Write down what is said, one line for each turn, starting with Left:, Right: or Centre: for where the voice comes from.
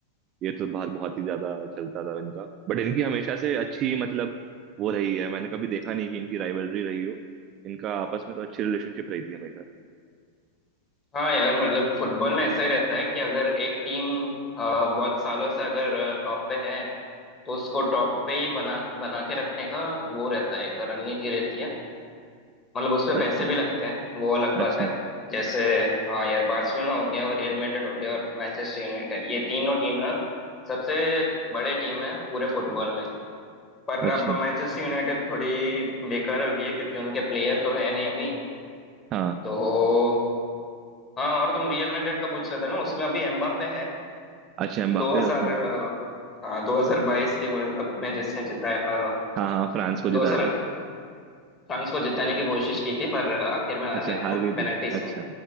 Right: ये तो बहुत बहुत ही ज्यादा चलता था इनका बट इनकी हमेशा से अच्छी मतलब वो रही है मैंने कभी देखा नहीं कि इनकी राइवलरी रही हो इनका आपस में तो अच्छी रिलेशनशिप रही थी हमेशा
Left: हाँ यार मतलब फुटबॉल में ऐसा ही रहता है कि अगर एक टीम अ, बहुत सालों से अगर टॉप पे है तो उसको टॉप पे ही बना बना के रखने का वो रहता है एक रणनीति रहती है मतलब उस पे पैसे
Right: अच्छा
Left: भी लगते हैं वो अलग
Right: अच्छा
Left: बात है जैसे हाँ यार बार्सिलोना हो गया और रियल मैड्रिड हो गया और मैनचेस्टर यूनाइटेड ये तीनों टीम ना सबसे बड़े टीम है पूरे फुटबॉल में पर
Right: अच्छा
Left: अब मैनचेस्टर यूनाइटेड थोड़ी बेकार हो गई है क्योंकि उनके प्लेयर तो है नहीं अभी
Right: हाँ
Left: तो हाँ और तुम रियल मैड्रिड का पूछ रहे थे ना उसमें अभी एम्बाप्पे है
Right: अच्छा एम्बाप्पे
Left: 2000
Right: है उसमें
Left: अ, हाँ 2022 के वर्ल्ड कप में जिसने जिताया
Right: हाँ हाँ फ्रांस को जिताया
Left: दो हजार
Right: था
Left: फ्रांस को जिताने की कोशिश की थी पर आखिर में हार
Right: अच्छा
Left: गए थे
Right: हार
Left: ना
Right: गई थी
Left: पेनल्टीज
Right: अच्छा
Left: में